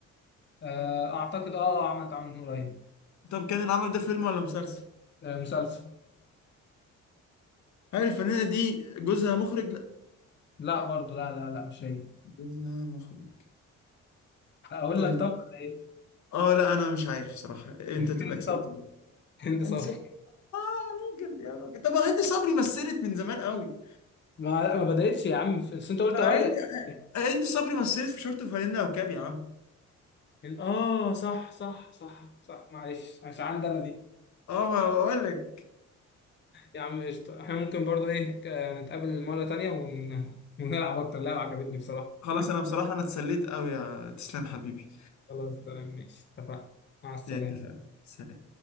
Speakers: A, on the left; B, on the left.
A: آه أعتقد اه آه، عملت عمل من قريب
B: طب كان العمل ده فيلم ولا مسلسل؟
A: آه مسلسل
B: هل الفنانة دي جوزها مخرج؟ لا
A: لا برضه لا لا لا مش هي
B: جوزها مخرج
A: أقول
B: طيب
A: لك طب ولا إيه؟
B: اه لا انا مش عارف صراحة انت
A: <laughs>
B: تبقى
A: هند
B: كسبت
A: صبري
B: بقى
A: هند
B: انت
A: صبري
B: سب... اه راجل يا راجل طب هند صبري مثلت من زمان قوي
A: ما لا ما بدأتش يا عم بس انت قلت
B: هند
A: اوائل الألفينات.
B: هند صبري مثلت في شورت وفانلة وكاب يا عم
A: اه صح صح صح صح معلش مش عندي انا دي
B: اه ما بقول لك
A: يا عم قشطة احنا ممكن برضو ايه ك- نتقابل مرة تانية ون... <laughs> ونلعب اكتر لعبة عجبتني بصراحة
B: خلاص انا بصراحة انا اتسليت قوي يا تسلم حبيبي
A: خلاص تمام ماشي اتفقنا مع السلامة
B: اتفقنا سلام